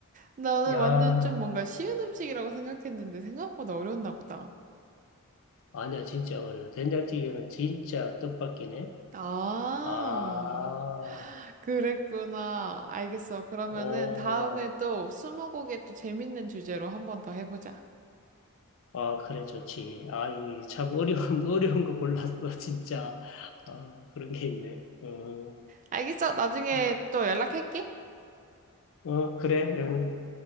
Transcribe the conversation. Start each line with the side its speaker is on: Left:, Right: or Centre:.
Right: 나는
Left: 야,
Right: 완전 좀 뭔가 쉬운 음식이라고 생각했는데 생각보다 어려웠나 보다.
Left: 아니야, 진짜 어려워. 된장찌개는 진짜 뜻밖이네.
Right: 아,
Left: 아,
Right: 그랬구나. 알겠어. 그러면은
Left: 오,
Right: 다음에 또 스무고개 또 재밌는 주제로 한번 더 해보자.
Left: 아, 그래, 좋지. 아, 이거 참 어려운, <laughs> 어려운 거 골랐어, 진짜. 아, 그런 게 있네. 어,
Right: 알겠어. 나중에
Left: 예.
Right: 또 연락할게.
Left: 어, 그래. 어.